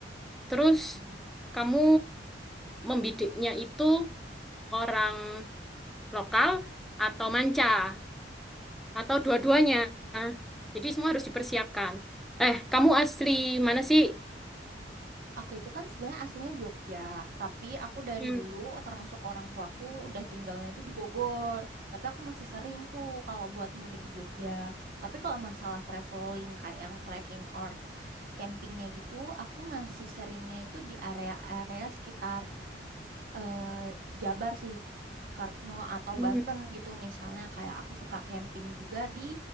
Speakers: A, in the centre; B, on the right.
A: Terus
B: Hmm.
A: kamu membidiknya itu orang lokal atau manca. atau dua-duanya. Jadi semua harus dipersiapkan. Eh, kamu asli mana sih?
B: Aku itu kan sebenarnya aslinya Jogja, tapi aku dari
A: Hmm,
B: dulu termasuk orang tuaku udah tinggalnya itu di Bogor. Tapi aku masih sering tuh kalau buat mudik ke Jogja. Tapi kalau masalah traveling kayak yang trekking or campingnya gitu, aku masih seringnya itu di area-area sekitar eh, Jabar sih, Kartno atau
A: hmm,
B: Banten gitu misalnya kayak aku suka camping juga di